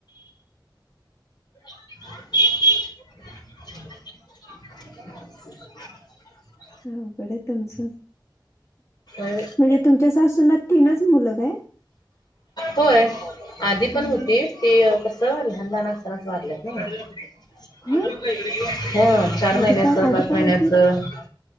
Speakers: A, on the left; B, on the left.
A: <inaudible>
B: हाकडे तुमचं
A: होय
B: म्हणजे तुमच्या सासून ना तीनच मुल काय?
A: होय आधी
B: तीन
A: पण होती ते कस लहान लहान असतानाच वारलंत नाही.
B: होय
A: हम्म चार महिन्याचं
B: आधी काय आधी
A: पाच
B: काय
A: महिन्याच
B: होतीत?